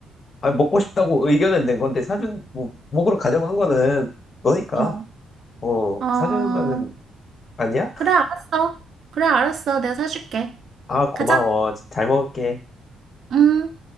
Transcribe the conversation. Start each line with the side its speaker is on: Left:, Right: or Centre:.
Left: 아니, 먹고 싶다고 의견을 낸 건데, 사준, 뭐, 먹으러 가자고 한 거는 너니까.
Right: 어,
Left: 어,
Right: 어,
Left: 사주는 거는 아니야?
Right: 그래, 알았어. 그래, 알았어. 내가 사줄게.
Left: 아, 고마워.
Right: 가자.
Left: 잘 먹을게.
Right: 음.